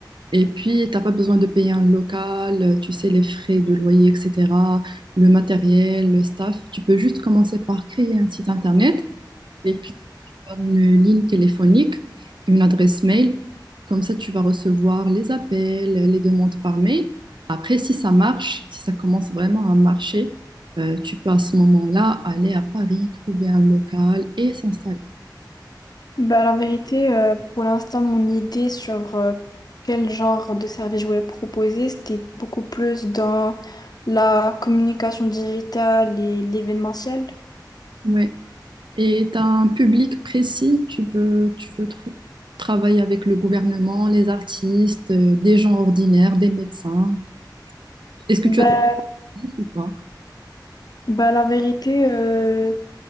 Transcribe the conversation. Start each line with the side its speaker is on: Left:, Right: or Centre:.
Right: Et puis, t'as pas besoin de payer un local, euh, tu sais, les frais de loyer, etc., le matériel, le staff. Tu peux juste commencer par créer un site internet et puis avoir une ligne téléphonique, une adresse mail. Comme ça, tu vas recevoir les appels, les demandes par mail. Après, si ça marche, si ça commence vraiment à marcher, euh, tu peux à ce moment-là aller à Paris, trouver un local et s'installer.
Left: Bah, la vérité, euh, pour l'instant, mon idée sur euh, quel genre de service je voulais proposer, c'était beaucoup plus dans la communication digitale et l'événementiel.
Right: Ouais. Et tu as un public précis, tu veux, tu veux tr- travailler avec le gouvernement, les artistes, euh, des gens ordinaires, des médecins. Est-ce que
Left: Bah,
Right: tu as des idées ou pas?
Left: bah, la vérité, euh,